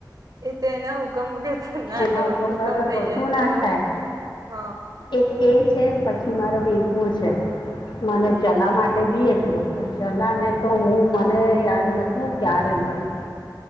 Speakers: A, on the right; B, on the left.
A: એ તો એના હુકમ વગર ના
B: એના
A: જવાય હુકમ
B: વગર
A: થઇ
B: કશું
A: જાય તો
B: ના થાય
A: હ.
B: એક એ છે પછી મારો વીરપુર છે મને
A: હમ
B: જલા માટે તે બી એટલું ચલા ને તો હું મને યાદ નથી હું ક્યારે મળી.?